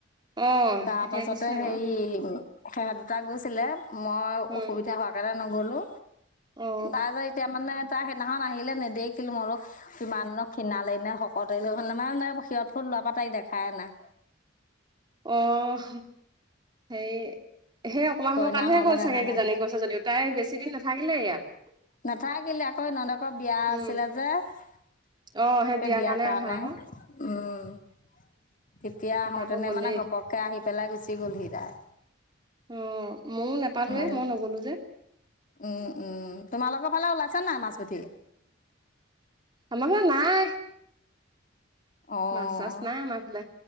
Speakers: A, on the right (about 25°); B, on the left (about 45°).
A: অ
B: তাৰ
A: সিহঁতি
B: পাছতে
A: আহিছিলে
B: হেৰি
A: বাৰু
B: সেহেত দুটা গৈছিলে। মই
A: উম
B: অসুবিধা হোৱাৰ কাৰণে নগ'লো
A: অ
B: নাই যায় এতিয়া মানে তাই সেইদিনাখন আহিলে নেদেখিলো মই বোলো কিমান নো ক্ষিণালে নে শকত হলে মানে শিৰত ফুল লোৱাৰ পৰা তাইক দেখাই নাই।
A: অহ হেৰি সেই অকণমান
B: কইনা
A: সময় কাৰণে
B: হোৱাৰ পৰা
A: গ'ল
B: দেখা
A: চাগে
B: নাই
A: কিজানি গৈছে যদিও তাই বেছি দিন নাথাকে। থাকিলে ইয়াত
B: নাথাকিলে আকৌ নন্দকৰ বিয়া
A: উম,
B: আছিলে যে। সেই
A: অ', সেই
B: বিয়াৰ কাৰণে,
A: আহা আকৌ
B: উম। তেতিয়া
A: তাৰপৰা
B: আহোতেনে
A: আকৌ গ'লেই।
B: মানে ঘপককে আহি পেলাই গুচি গলহি তাই।
A: অ', ময়ো নেপালোৱে
B: উম
A: মই নগ'লো যে
B: উম উম, তোমালোকৰ ফালা ওলাইছে নাই মাছ পুঠি?
A: আমাৰফালে নাই।
B: অ',
A: মাছ চাছ নাই আমাৰ ফালে।